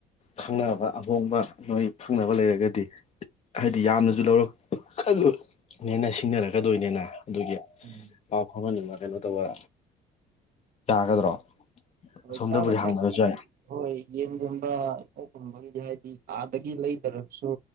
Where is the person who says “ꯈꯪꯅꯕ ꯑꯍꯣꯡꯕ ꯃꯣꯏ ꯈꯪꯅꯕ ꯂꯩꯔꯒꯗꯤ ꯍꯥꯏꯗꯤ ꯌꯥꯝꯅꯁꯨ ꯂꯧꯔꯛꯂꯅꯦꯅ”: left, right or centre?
Left